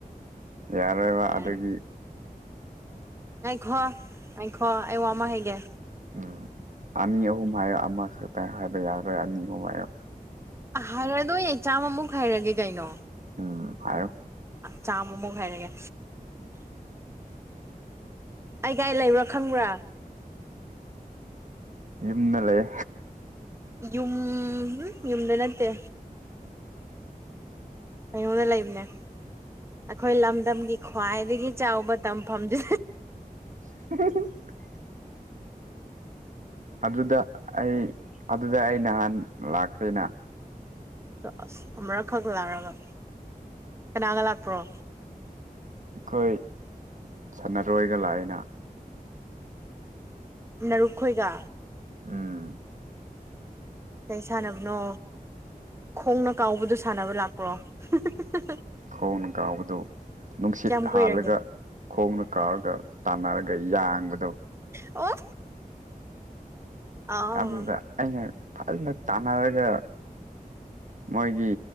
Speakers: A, on the right; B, on the right.
A: ꯌꯥꯔꯣꯏꯕ
B: ꯌꯥꯔꯦ
A: ꯑꯗꯨꯗꯒꯤ
B: ꯑꯥꯏꯈꯣ ꯑꯥꯏꯈꯣ ꯑ ꯋꯥꯃ ꯍꯦꯒꯦ
A: ꯎꯝ ꯑꯅꯤ ꯑꯍꯨꯝ ꯍꯥꯏꯌꯣ ꯑꯃꯈꯛꯇꯪ ꯍꯥꯏꯕ ꯌꯥꯔꯣꯏ ꯑꯅꯤ ꯑꯍꯨꯝ ꯍꯥꯏꯌꯣ
B: ꯍꯥꯏꯔꯗꯣꯏ ꯑꯩ ꯆꯥꯝꯃꯃꯨꯛ ꯍꯥꯏꯔꯒꯦ ꯀꯩꯅꯣ
A: ꯎꯝ ꯍꯥꯏ
B: ꯆꯥꯃꯃꯨ ꯍꯥꯏꯔꯒꯦ ꯑꯩꯒꯥꯏ ꯂꯩꯕ꯭ꯔꯥ ꯈꯪꯕ꯭ꯔꯥ
A: ꯏꯝꯅ ꯂꯩ
B: ꯌꯨꯝ ꯌꯨꯝꯗ ꯅꯠꯇꯦ ꯑꯩꯉꯟꯅ ꯂꯩꯕꯅꯦ ꯑꯩꯈꯣꯏ ꯂꯝꯗꯝꯒꯤ ꯈ꯭ꯋꯥꯏꯗꯒꯤ ꯆꯥꯎꯕ ꯇꯝꯐꯝꯗꯨ
A: <inaudible>
B: <unintelligible>
A: ꯑꯗꯨꯗ ꯑꯩ ꯑꯗꯨꯗ ꯑꯩ ꯅꯍꯥꯟ ꯂꯥꯛꯇꯦꯅ
B: ꯆꯁ ꯑꯃꯔꯛꯈꯛ ꯂꯥꯛꯔꯒ ꯀꯅꯥꯒ ꯂꯥꯛꯄ꯭ꯔꯣ
A: ꯑꯩꯈꯣꯏ ꯁꯥꯟꯅꯔꯣꯏꯒ ꯂꯥꯛꯑꯅ
B: ꯔꯨꯛ ꯈꯣꯏꯒ
A: ꯎꯝ
B: ꯀꯩ ꯁꯥꯟꯅꯕꯅꯣ ꯈꯣꯡꯅ ꯀꯥꯎꯕꯗꯣ ꯁꯥꯟꯅꯕ ꯂꯥꯛ <inaudible> <inaudible>
A: ꯈꯣꯟꯒꯥꯎꯗ ꯅꯨꯡꯁꯤꯠ
B: ꯀꯌꯥꯝ ꯀꯨꯏꯔꯒꯦ
A: ꯍꯥꯜꯂꯒ ꯈꯣꯡꯅ ꯀꯥꯎꯔꯒ ꯇꯥꯟꯅꯔꯒ ꯌꯥꯡꯕꯗꯣ
B: ꯑꯣ ꯑꯥꯎ
A: ꯑꯗꯨꯗ ꯑꯩꯅ ꯐꯖꯅ ꯇꯥꯟꯅꯔꯒ ꯃꯣꯏꯒꯤ